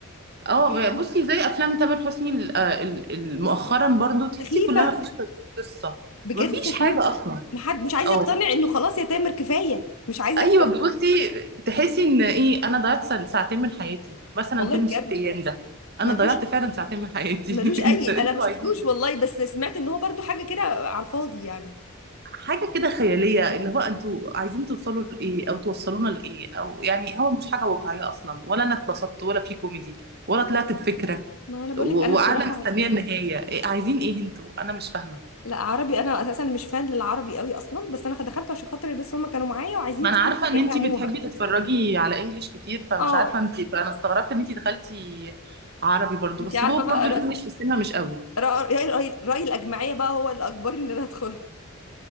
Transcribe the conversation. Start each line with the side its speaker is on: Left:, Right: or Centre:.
Right: اه
Left: لكن انا
Right: بصي زي افلام تامر حسني ال- ال- ال- مؤخرا برضو تحسي
Left: سخيفة
Right: كلها ما فيش قصه
Left: بجد
Right: ما فيش
Left: سخيفة
Right: حاجه اصلا
Left: محد مش عايز
Right: اه
Left: يقتنع انه خلاص يا تامر كفاية مش عايز
Right: ايوه
Left: يقتنع
Right: بصي تحسي ان ايه انا ضيعت سن- ساعتين من حياتي مثلا
Left: والله
Right: فيلم
Left: بجد
Right: ست ايام ده انا
Left: ملوش
Right: ضيعت فعلا ساعتين من حياتي
Left: ملوش اي
Right: <laughs> انت انتوا
Left: انا ما شفتلوش
Right: عايزين
Left: والله بس سمعت ان هو برضو حاجة كده على الفاضي يعني
Right: حاجه كده خياليه اللي هو انتوا عايزين توصلوا لايه او توصلونا لايه او يعني هو مش حاجه واقعيه اصلا ولا انا اتبسطت ولا في كوميدي ولا طلعت بفكره
Left: ما انا بقولك
Right: و-
Left: انا
Right: وقاعده
Left: بصراحه
Right: مستنيه النهايه إيه عايزين ايه انتوا انا مش فاهمه
Left: لا عربي انا اساسا مش فان للعربي قوي اصلا بس انا دخلته عشان خاطر بس هم كانوا معايا وعايزين
Right: ما
Left: يدخلوا
Right: انا عارفه ان
Left: حاجه
Right: انتي
Left: يفهموها
Right: بتحبي تتفرجي على انجليش كتير فمش
Left: اه
Right: عارفه انتي فانا استغربت ان انتي دخلتي عربي برضو
Left: انت
Right: بس
Left: عارفه
Right: هو برضو
Left: بقى رأي
Right: الانجليش في السينما مش قوي
Left: رأي, رأي, رأي الاجمعيه بقى هو اللي اجبرني ان انا ادخله